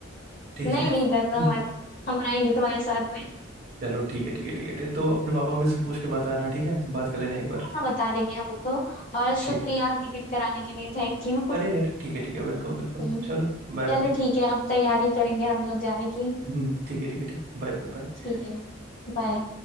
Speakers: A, on the right; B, on the left.
A: ठीक
B: नहीं
A: है
B: नहीं डरना
A: <laughs>
B: मत हम रहेंगे तुम्हारे साथ में
A: चलो ठीक है ठीक है ठीक है ठीक है। तो अपने पापा में से पूछ के बताना ठीक है बात कर लेना एक बार
B: हाँ बता देंगे हम उनको और
A: ठीक
B: शुक्रिया
A: है
B: टिकट कराने के लिए थैंक यू
A: अरे यार ठीक है ठीक है वेलकम वेलकम
B: हम्म,
A: चलो Bye bye
B: चलो ठीक है अब तैयारी करेंगे हम लोग जाने की
A: हम्म ठीक है ठीक है ठीक है Bye bye bye
B: ठीक है बाय